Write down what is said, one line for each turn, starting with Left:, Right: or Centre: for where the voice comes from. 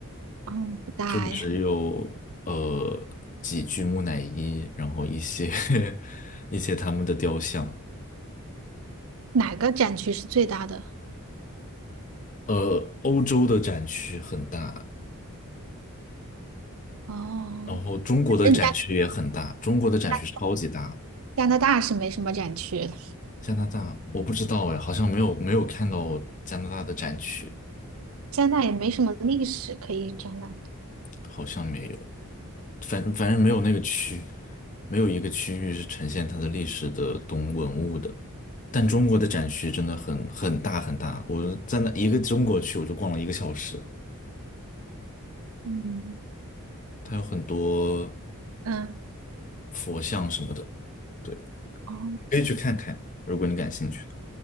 Right: 嗯，不大呀。
Left: 就只有呃几具木乃伊，然后一些 <laughs> 一些他们的雕像。
Right: 哪个展区是最大的？
Left: 呃，欧洲的展区很大，
Right: 哦，
Left: 然后中国的展区也很大，
Right: 嗯加拿
Left: 中国的展区超级大。
Right: 大，加拿大是没什么展区的，
Left: 加拿大我不知道哎，好像没有没有看到加拿大的展区。
Right: 加拿大也没什么历史可以展览的。
Left: 好像没有，反反正没有那个区，没有一个区域是呈现它的历史的东文物的。但中国的展区真的很很大很大，我在那一个中国区我就逛了一个小时，
Right: 嗯
Left: 它有很多
Right: 嗯，
Left: 佛像什么的，对，
Right: 哦，
Left: 可以去看看，如果你感兴趣。